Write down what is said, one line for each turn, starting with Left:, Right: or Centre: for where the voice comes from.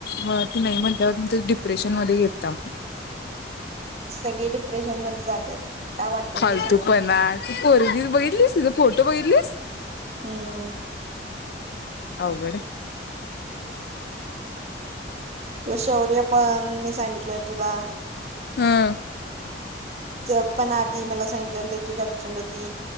Left: म ती नाही म्हटल्यावर मग त डिप्रेशन मध्ये गेलता म्ह
Right: सगळे डिप्रेशन मध्ये जात्यात काय वाटतल
Left: फालतूपणा
Right: ते सांगत्यात
Left: ती पोरगी बघितलीस तिचा फोटो बघितलीस
Right: हम्म
Left: आवगडे
Right: तू शौर्य पण मी सांगितलेल तुला
Left: हम्म
Right: ते पण आधी मला सांगितलेला त्याची गर्लफ्रेंड होती